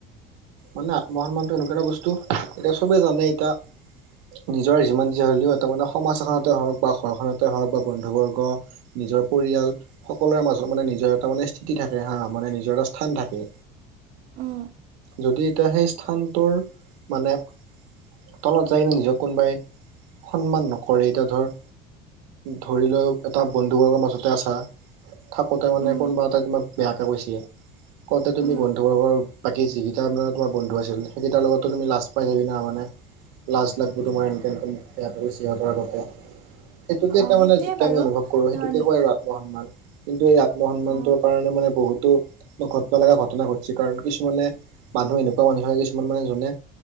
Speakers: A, on the right (about 75°); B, on the right (about 40°).
A: মানে আত্মসন্মানটো এনেকুৱা এটা বস্তু এতিয়া চবে জানে এতিয়া নিজৰ যিমান যি হ'লেও এটা মানে সমাজ এখনতে বা ঘৰখনতে হওক বা বন্ধু বৰ্গ নিজৰ পৰিয়াল সকলোৰে মাজত মানে নিজৰ এটা মানে স্থিতি থাকে হা মানে নিজৰ এটা স্থান থাকে।
B: উম।
A: যদি এতিয়া সেই স্থানটোৰ মানে তলত যাইনো নিজক কোনবাই সন্মান নকৰে এতিয়া ধৰ ধৰি ল' এটা বন্ধুবৰ্গৰ মাজতে আছা থাকোতে মানে
B: উম,
A: কোনোবা এটাই তোমাক বেয়াকে কৈছে কওঁতে তুমি
B: উম,
A: বন্ধুবৰ্গৰ বাকী যিকি টা মানে তোমাৰ বন্ধু আছিল সেইকেইাৰ লগততো তুমি লাজ পাই যাবি না মানে লাজ লাগব তোমাৰ এনকে এনকে মোক বেয়াকে কৈছে সিহঁতৰ আগতে। সেইটোকে
B: অ'
A: তাৰ মানে
B: সেইটোৱে
A: যিটো
B: বাৰু
A: আমি অনুভৱ কৰো সেইটোকে
B: ধৰ
A: কয় আৰু আত্ম সন্মান কিন্তু এই আত্ম সন্মানটোৰ
B: অ'
A: কাৰনে মানে বহুতো নঘটবালাগা ঘটনা ঘটছে কাৰণ কিছুমানে মানুহ এনেকুৱা মানুহ থাকে কিছুমান মানে যোনে